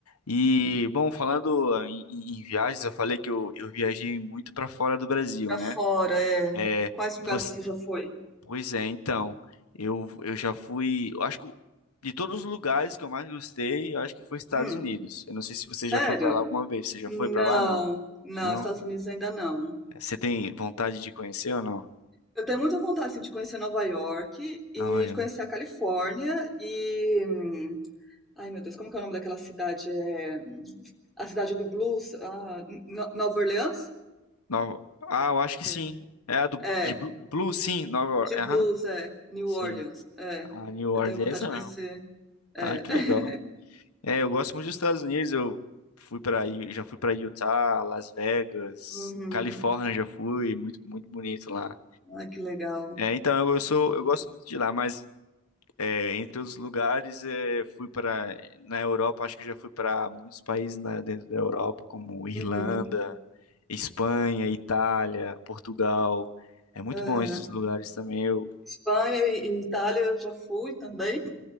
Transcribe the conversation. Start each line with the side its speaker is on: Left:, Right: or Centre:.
Left: E, bom, falando em, em- em viagens, eu falei que eu, eu viajei muito para fora do Brasil,
Centre: Pra
Left: né?
Centre: fora, é.
Left: É,
Centre: Quais lugares
Left: você,
Centre: você já foi?
Left: pois é, então, eu, eu já fui, eu acho que de todos os lugares que eu mais gostei, eu acho que foi Estados
Centre: Hum,
Left: Unidos. Eu não sei se você
Centre: sério?
Left: já foi para lá alguma vez. Você já
Centre: Não,
Left: foi para lá? Não?
Centre: não,
Left: Não?
Centre: Estados Unidos ainda não.
Left: É, Você tem vontade de conhecer ou não?
Centre: Eu tenho muita vontade assim, de conhecer Nova York e
Left: Nova York.
Centre: de conhecer a Califórnia e. hum, Ai, meu Deus, como que é o nome daquela cidade? É... A cidade do blues? Ah, N- N- Nova Orleans?
Left: Nova... Ah, eu acho que
Centre: É.
Left: sim. É a do,
Centre: É,
Left: de Blue, Blue, sim, Nova York.
Centre: De blues,
Left: Aham.
Centre: é. New
Left: Sim.
Centre: Orleans, é.
Left: A New Orleans
Centre: Eu tenho vontade
Left: é essa
Centre: de conhecer.
Left: mesmo.
Centre: É.
Left: Ah, que
Centre: <laughs>
Left: legal. É, eu gosto muito dos Estados Unidos. Eu fui para, já fui para Utah, Las Vegas,
Centre: Uhum.
Left: Califórnia já fui, muito muito bonito lá.
Centre: Ai, que legal.
Left: É, então eu, eu sou, eu gosto muito de lá, mas é, entre outros lugares, é, fui para na Europa, acho que já fui para muitos países na- dentro da Europa, como Irlanda,
Centre: Uhum.
Left: Espanha, Itália, Portugal. É muito
Centre: Aham.
Left: bom esses lugares também. Eu,
Centre: Espanha e e Itália eu já fui também.